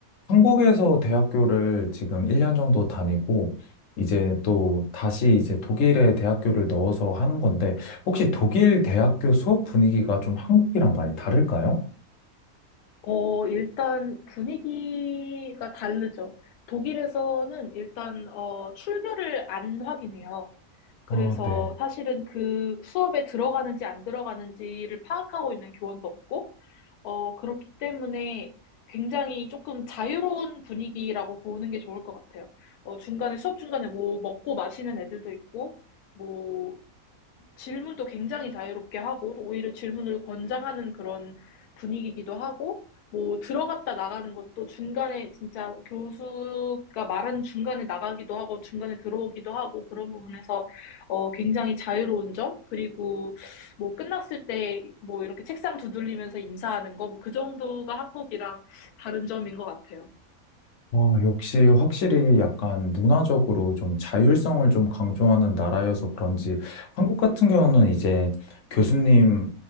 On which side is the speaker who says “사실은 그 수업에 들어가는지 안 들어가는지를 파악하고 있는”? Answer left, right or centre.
Left